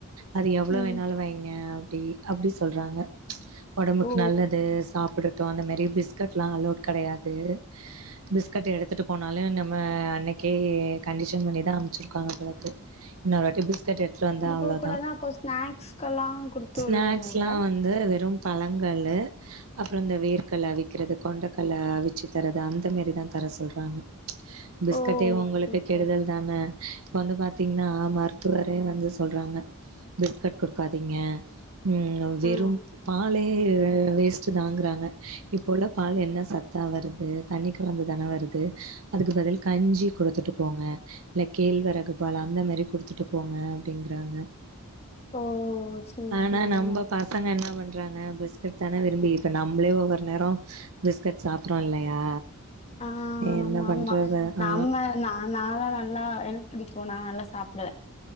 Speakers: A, on the right; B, on the left.
A: அது எவ்ளோ
B: ம்
A: வேணாலு வைங்க அப்டி அப்டி சொல்றாங்க ஒடம்புக்கு
B: ஓ
A: நல்லது சாப்பட்றட்டு அந்த மாரி பிஸ்கட்ல்லா அலோட் கடையாது பிஸ்கட் எடுத்துட்டு போனாலு நம் ம அன்னைக்கே கண்டிஷன் பண்ணிதா அம்ச்சிருக்காங்க போலர்க்கு இன்னொரு வாட்டி பிஸ்கட் எடுத்துட்டு வந்த அவ்ளோதா
B: போ கூடாதுனா அப்போ ஸ்நாக்ஸ்கெல்லா குடுத்து
A: ஸ்னாக்ஸ்லா
B: விடணுல
A: வந் து வெறு பழங்கள்ளு அப்புறோ இந்த வேர்கல்ல அவிக்கிறது கொண்டக்கல்ல அவிச்சு தரது அந்த மாரிதா தர சொல்றாங்க பிஸ்கட்டே
B: ஓ
A: உங்களுக்கு
B: ஓகே ஓகே
A: கெடுதல் தான இப்ப வந்து பாத்தீங்கன்னா மருத்துவரே வந்து சொல்றாங்க பிஸ்கட் குடுக்காதீங்க ம் வெறும்
B: ஆ
A: பாலே வேஸ்ட்டு தாங்குறாங்க இப்போ உள்ள பால் என்ன சத்தா வருது தண்ணி கலந்து தான வரு து அதுக்கு பதில் கஞ்சி கொடுத்துட்டு போங்க இல்ல கேழ்வரகு பால் அந்த மாரி குடுத்துட்டு போங்க அப்டிங்கறாங்க
B: ஓ சேரி
A: ஆனா
B: சேரி
A: நம்ப ப பசங்க என்ன பண்றாங்க பிஸ்கட் தான விரும்பி இப்ப நம்பளே ஒவ்வொரு நேரோ பிஸ்கட் சாப்றோ இல்லையா
B: ஆ ஆ,
A: என்ன
B: ஆமா ஆமா
A: பண்றது
B: நம்ம
A: ஆ
B: நா நாளா நல்லா எனக்கு பிடிக்கு நா நல்லா சாப்டுவ